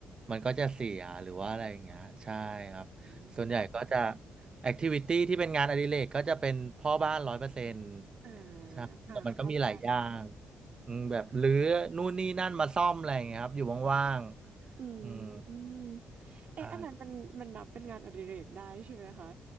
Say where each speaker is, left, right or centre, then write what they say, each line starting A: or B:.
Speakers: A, on the right (about 30°); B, on the right (about 50°).
A: มันก็จะเสียหรือว่าอะไรอย่างเงี้ยใช่ครับส่วนใหญ่ก็จะ
B: อืม
A: แอคทิวิตี้ที่เป็นงานอดิเรกก็จะเป็นพ่อบ้านร้อยเปอร์เซ็นต์
B: อ่า
A: ใช่แต่มันก็มีหลายอย่าง
B: อ่าเข้าใจ
A: อืมแบบรื้อนู่นนี่นั่นมาซ่อมอะไรอย่างเงี้ยครับอยู่ว่างๆอืม
B: อืมอืมเอ๊ะอันนั้นมันมันนับเป็นงานอดิเรกได้ใช่ไหมคะ
A: ใช่